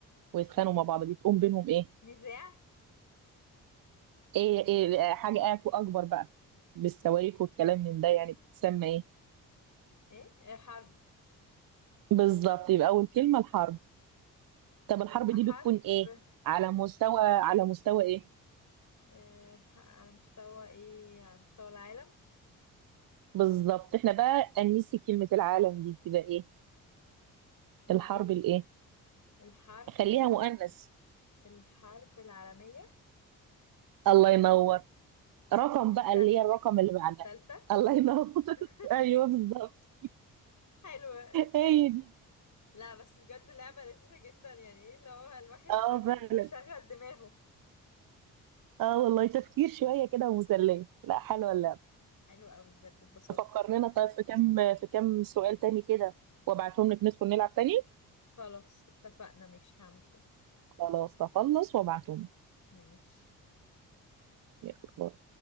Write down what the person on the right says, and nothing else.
ويتخانقوا مع بعض بتقوم بينهم إيه؟
إيه, إيه إيه، حاجة أك- أكبر بقى بالصواريخ والكلام من ده يعني بتسمى إيه؟
بالظبط يبقى أول كلمة الحرب طب
الحرب دي
بتكون إيه؟ على مستوى على مستوى إيه؟
بالظبط إحنا بقى أنسي كلمة العالم دي تبقى إيه؟
الحرب
الإيه؟
خليها
مؤنث
الله ينور رقم
بقى اللي هي الرقم اللي بعدها
الله ينور <laughs>
ايوه بالظبط
هي دي
اه فعلا
اه والله تفكير شويه كده ومسليه لا حلوه اللعبه
فكر لنا طيب في كام في كام سؤال تاني كده وابعتهم لك ندخل نلعب تاني
خلاص هخلص وابعتهم
لك